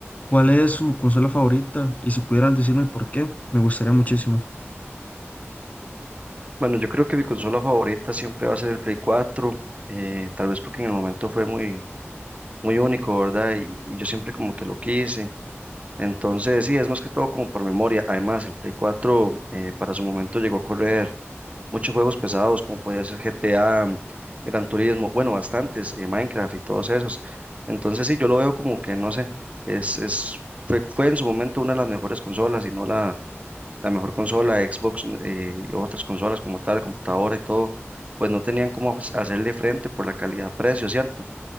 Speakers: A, on the left (about 30°); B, on the right (about 30°).
A: ¿cuál es su consola favorita? Y si pudieras decirme por qué, me gustaría muchísimo.
B: Bueno, yo creo que mi consola favorita siempre va a ser el Play 4, eh, tal vez porque en el momento fue muy, muy único, ¿verdad? Y, y yo siempre como que lo quise. Entonces, sí, es más que todo como por memoria. Además, el Play 4 eh, para su momento llegó a correr muchos juegos pesados, como podía ser GTA, Gran Turismo, bueno, bastantes, eh, Minecraft y todos esos. Entonces, sí, yo lo veo como que, no sé, es, es, fue, fue en su momento una de las mejores consolas y no la la mejor consola, Xbox eh, y otras consolas como tal, computadora y todo, pues no tenían cómo hac- hacerle frente por la calidad-precio, ¿cierto?